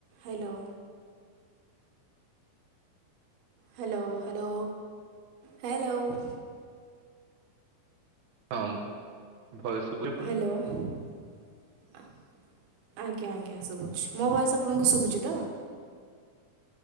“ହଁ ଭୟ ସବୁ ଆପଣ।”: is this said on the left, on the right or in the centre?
Right